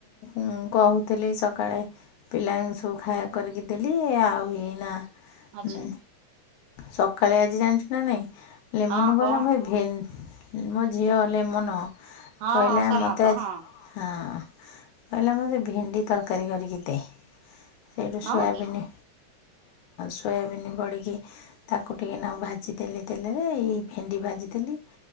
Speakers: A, on the left; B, on the right.
A: ଅ କହୁଥିଲି ସକାଳେ ପିଲାଙ୍କୁ ସବୁ ଖାଇବା କରିକି ଦେଲି। ଆଉ ଏଇନା
B: ଆଚ୍ଛା
A: ହୁଁ ସକାଳେ ଆଜି ଜାଣିଚୁ ନା ନାଇଁ ଲେମନ
B: ହଁ କଣ
A: ଗଲା ଆମର ଭ ମୋ ଝିଅ ଏ ଲ ମନ
B: ହଁ
A: କହିଲା
B: ହଁ ସାନ
A: ମୋତେ
B: ତ
A: ଆ
B: ହଁ
A: ହଁ କହିଲା ମୋତେ ଭେଣ୍ଡି ତରକାରୀ କରିକି ଦେ। ସେଇଠୁ ସୋୟାବିିନି
B: ହଁ କି
A: ସୋୟାବିିନ ବଡ଼ିକି ତାକୁ ଟିକେ ନାକୁ ଭାଜିଦେଲି ତେଲରେ ଏଇ ଭେଣ୍ଡି ଭାଜିଦେଲି।